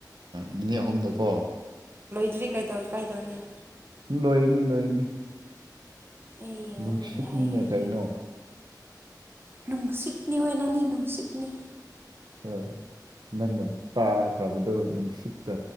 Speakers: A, on the right; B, on the right.
A: ꯃꯤꯅꯤ ꯑꯍꯨꯝꯗꯀꯣ
B: ꯏꯂꯤ ꯀꯩꯗꯧ ꯀꯥꯏꯗꯧꯅꯤ
A: ꯂꯣꯏꯅꯤ ꯂꯣꯏꯔꯅꯤ
B: ꯑꯩ ꯌꯥꯏ
A: ꯅꯨꯡꯁꯤꯠꯅꯤꯅꯦ
B: ꯌꯥꯏ
A: ꯀꯩꯅꯣ
B: ꯌꯦꯡꯁꯦ ꯅꯨꯡꯁꯤꯠꯅꯤ ꯑꯣꯏ ꯅꯅꯤ ꯅꯨꯡꯁꯤꯠꯅꯤ
A: ꯍꯣꯏ ꯅꯪꯅ ꯇꯥꯈ꯭ꯔꯕꯗꯣ ꯅꯨꯡꯁꯤꯛꯇ